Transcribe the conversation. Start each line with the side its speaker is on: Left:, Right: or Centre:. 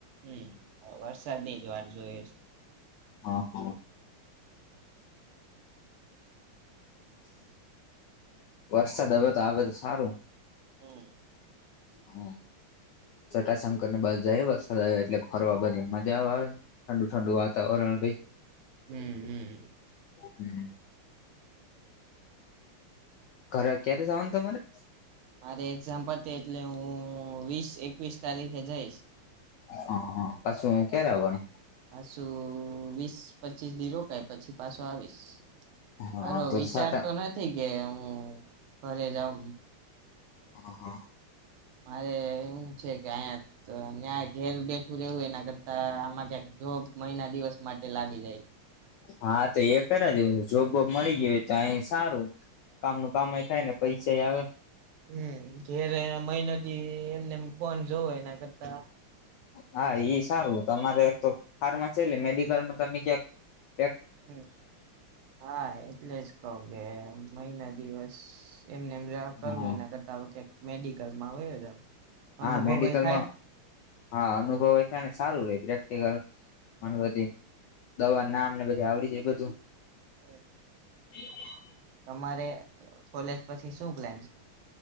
Right: હમ્મ વરસાદની જ વાત જોઈએ છે.
Left: હા હ <inaudible> વરસાદ હવે તો આવે તો સારું.
Right: હમ્મ.
Left: હા. ચટાશંકર ને બાદ જાએવ <unintelligible> એટલે ફરવા <unintelligible> મજા આવે ઠંડુ ઠંડુ વાતાવરણ રહી
Right: હમ્મ હમ્મ.
Left: હમ્મ. ઘરે ક્યારે જાવાન તમારે?
Right: મારે એક્ઝામ, પતે એટલે હુ વીસ એકવીસ તારીખે જઈશ.
Left: હ હા, પાછુ ક્યારે આવવાનુ
Right: પાછું વીસ, પચીસ ની રોકાય પછી પાછો આવીસ
Left: હા
Right: મારો, વિચાર
Left: સાત
Right: તો નથી. કે હું ઘરે જાઉ
Left: હા હા.
Right: મારે એવું છે, કે અહીયા ન્યા ઘેર બેઠું રહેવું એના કરત આમાં ક્યાંક, જોબ મહિના દિવસ માટે લાગી જાય.
Left: હા, તો એ કરયા જેવું છે. જોબ-બોબ મળી ગઈ હોય, તાએ સારુ કામ ન કામ થાય, ને પૈસા આવે
Right: હમ્મ ઘેરે મહિનોથી, એમનેમ ફોન જોવો એના કરતા
Left: હા, ઈ સારુ તમારે એક તો ફાર્માસી એટલે મેડિકલમાં તમે ક્યાક
Right: હમ્મ, હા એટલે જ કઉ કે મહિના, દિવસ એમનેમ રયા કરવું
Left: હા
Right: એના કરતા ક્યાંક મેડિકલમાં વયો જાવ
Left: હા
Right: અનુભવય
Left: મેડિકલમા,
Right: થાય
Left: હા અનુભવે છેને, સારુ રે પ્રેક્ટિકલ <unintelligible> દવા નામને બધી આવડી જ એ બધુ
Right: હમ્મ.
Left: <inaudible>
Right: તમારે કોલેજ, પછી શું પ્લાન છે.